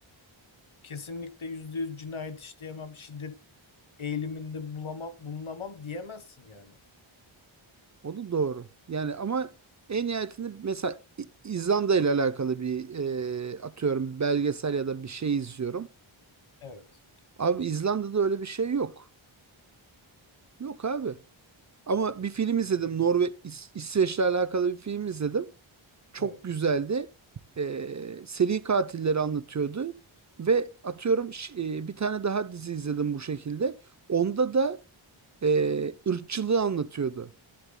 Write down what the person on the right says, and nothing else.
O da doğru. Yani ama en nihayetinde mesela İ- İzlanda ile alakalı bir e, atıyorum belgesel ya da bir şey izliyorum.
Abi İzlanda'da öyle bir şey yok. Yok abi. Ama bir film izledim. Norve İs- İsveç'le alakalı bir film izledim. Çok
güzeldi. Ee, seri katilleri anlatıyordu. Ve atıyorum ş- e, bir tane daha dizi izledim bu şekilde. Onda da e, ırkçılığı anlatıyordu.